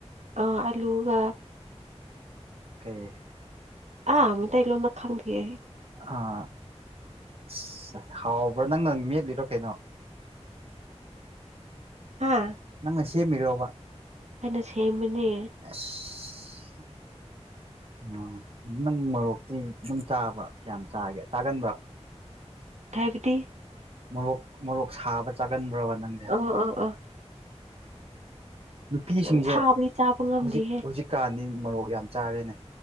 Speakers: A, on the right; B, on the right.
A: ꯑ ꯑꯂꯨꯒ
B: ꯀꯩ
A: ꯑ ꯃꯩꯇꯩ ꯂꯣꯟꯗ ꯈꯪꯗꯤꯌꯦ
B: ꯑꯥ ꯏꯁ ꯍꯥꯎꯕ꯭ꯔ ꯅꯪꯅ ꯃꯦꯠꯂꯤꯔꯣ ꯀꯩꯅꯣ
A: ꯍꯥꯥ
B: ꯅꯪꯅ ꯁꯦꯝꯃꯤꯔꯣꯕ
A: ꯑꯩꯅ ꯁꯦꯝꯕꯅꯦ
B: <unintelligible> ꯎꯝ ꯅꯪ ꯃꯔꯣꯛꯇꯤ ꯗꯨꯝ ꯆꯥꯕ꯭ꯔꯥ ꯀꯌꯥꯝ ꯆꯥꯒꯦ ꯆꯥꯒꯟꯕ꯭ꯔ
A: ꯊꯥꯏꯕꯗꯤ
B: ꯃꯣꯔꯣꯛ ꯃꯣꯔꯣꯛ ꯁꯥꯕ ꯆꯥꯒꯟꯕ꯭ꯔꯕ ꯅꯪ
A: ꯑꯣ ꯑꯣ ꯑꯣ
B: ꯅꯨꯄꯤꯁꯤꯡꯖꯦ
A: ꯌꯥꯝ ꯁꯥꯕꯗꯤ ꯆꯥꯕ ꯉꯝꯗꯦꯍꯦ
B: ꯍꯧꯖꯤꯛ ꯍꯧꯖꯤꯛꯀꯥꯟꯗꯤ ꯃꯔꯣꯛ ꯌꯥꯝ ꯆꯥꯔꯦꯅꯦ